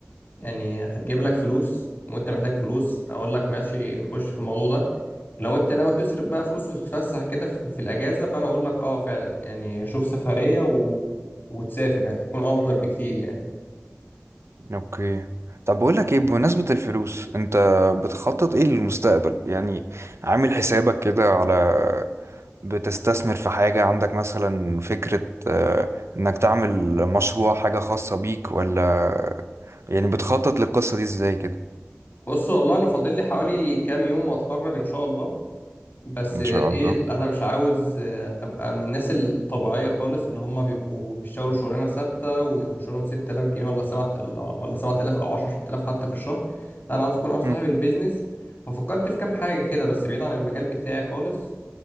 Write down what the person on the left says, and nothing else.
يعني هتجيب لك فلوس وانت محتاج فلوس اقول لك ماشي خش في الموضوع ده لو انت ناوي تصرف بقى فلوس وتتفسح كده في في الاجازه فانا اقول لك اه فعلا يعني شوف سفريه و... وتسافر يعني تكون افضل بكتير يعني
بص والله انا فاضل لي حوالي كام يوم واتخرج ان شاء الله بس
ايه
انا مش عاوز آه، ابقى من الناس الطبيعيه خالص اللي هم بيبقوا بيشتغلوا شغلانه ثابته ويخش لهم 6000 جنيه ولا 7 ولا 7000 او 10000 حتى في الشهر لا، انا عاوز اكون انا صاحب
البيزنس وفكرت في كام حاجه كده بس بعيد عن المجال بتاعي خالص